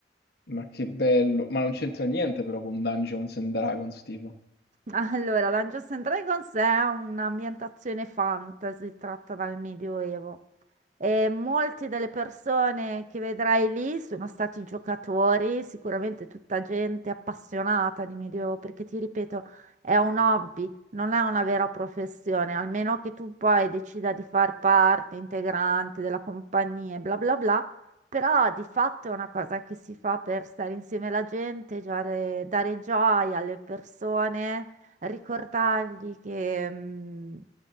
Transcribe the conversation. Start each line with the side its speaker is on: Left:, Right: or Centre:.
Left: Ma che bello, ma non c'entra niente però con Dungeons and Dragons, tipo.
Right: Allora, Dungeons and Dragons è un'ambientazione fantasy tratta dal Medioevo e molte delle persone che vedrai lì sono stati giocatori, sicuramente tutta gente appassionata di Medioevo, perché ti ripeto, è un hobby, non è una vera professione, almeno che tu poi decida di far parte integrante della compagnia e bla bla bla. Però di fatto è una cosa che si fa per stare insieme alla gente, giare- dare gioia alle persone ricordargli che mh,